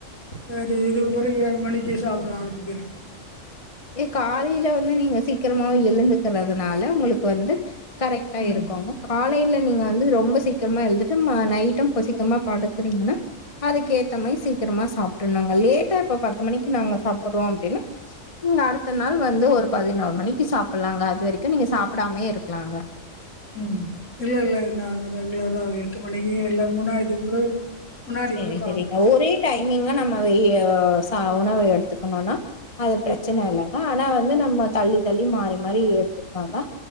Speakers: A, on the left; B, on the left.
A: சேரி இனிமே தோழி ஏழு மணிக்கு சாப்ட ஆரம்பிக்கிறே
B: ஏ காலையில வந்து நீங்க சீக்கிரமாவே எழுந்துக்கறதுனால உங்களுக்கு வந்து கரெக்ட்டா
A: ம்
B: இருக்குங்க காலைல நீங்க வந்து ரொம்ப சீக்கிரமா எழுந்துட்டு ந நைட்டும் இப்ப சீக்கிரமா படுக்கறீங்கனா அதுக்கேத்த மாரி சீக்கிரமா சாப்ட்றனுங்க லேட்டா இப்ப பத்து மணிக்கு நாங்க சாப்பிட்றோ அப்டினா நீங்க அடுத்த நாள் வந்து ஒரு பதினோரு மணிக்கு சாப்பிட்லாங்க அது வரைக்கு நீங்க சாப்டாமே இருக்கலாங்க
A: உம் இல்ல இல்ல இனி நாங்க ரெகுலரா எட்டு மணிக்கே எல்லாம் முன்னாடி கிடுகிடு முன்னாடி
B: செரி
A: கூட சாப்ட்
B: செரிங்க ஒரே டைமிங்கா நம்ம எ ஆஹ் சா உணவு எடுத்துக்கணுனா அது பிரச்சன இல்லங்க ஆனா வந்து நம்ம தள்ளி தள்ளி மே ந்த மாரி ஒர்க்கு எடுத்துக்கனாதா